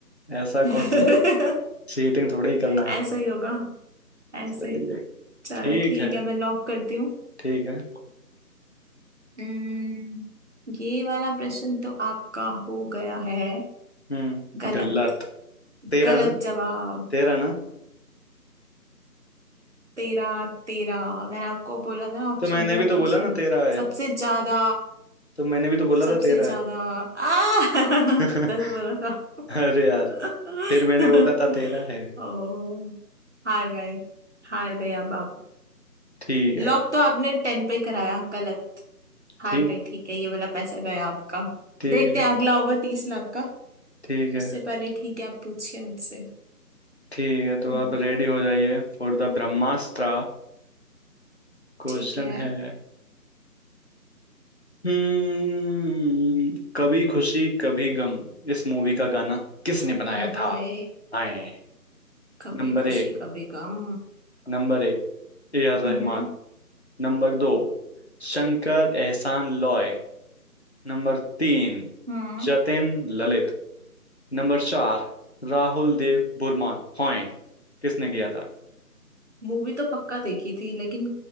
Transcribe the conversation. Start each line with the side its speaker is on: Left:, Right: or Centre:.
Left: ऐसा
Right: <laughs>
Left: कौन सा चीटिंग थोड़े ही करना
Right: ऐसा
Left: है
Right: ही होगा ऐसे
Left: चलिए
Right: ही चलो
Left: ठीक
Right: ठीक
Left: है
Right: है मैं लॉक करती हूँ
Left: ठीक है
Right: हम्म, ये वाला प्रश्न तो आपका हो गया है
Left: हम्म
Right: गलत
Left: गलत तेरा
Right: गलत
Left: ना
Right: जवाब
Left: तेरा ना
Right: तेरह तेरह मैंने आपको बोला था ना ऑप्शन
Left: तो मैंने
Right: दिया
Left: भी तो
Right: था
Left: बोला
Right: उसमें
Left: ना तेरा है
Right: सबसे ज्यादा
Left: तो मैंने भी तो बोला
Right: सबसे
Left: था तेरा
Right: ज्यादा
Left: है
Right: आ <laughs>
Left: <laughs>
Right: दस बोला था
Left: अरे यार
Right: <laughs>
Left: फिर मैंने बोला था तेरा है
Right: ओ हार गए हार गए अब आप
Left: ठीक
Right: लॉक
Left: है
Right: तो आपने टेन पे ही कराया गलत हार
Left: ठीक
Right: गए ठीक है ये वाला पैसा गया आपका
Left: ठीक
Right: देखते
Left: है
Right: हैं अगला होगा तीस लाख का
Left: ठीक है
Right: उससे पहले ठीक है आप पूछिए मुझसे
Left: ठीक है तो
Right: हम्म,
Left: आप रेडी हो जाइए फॉर द ब्रह्मास्त्र क्वेश्चन
Right: ठीक है
Left: है हम्म कभी खुशी कभी गम इस मूवी का गाना किसने बनाया
Right: फिर होए
Left: था आए
Right: कभी
Left: नंबर
Right: खुशी
Left: एक
Right: कभी गम
Left: नंबर एक ए आर
Right: हम्म
Left: रहमान नंबर दो शंकर एहसान लॉय नंबर तीन
Right: हम्म
Left: जतिन ललित नंबर चार राहुल देव बुरमान हॉय किसने किया था
Right: मूवी तो पक्का देखी थी लेकिन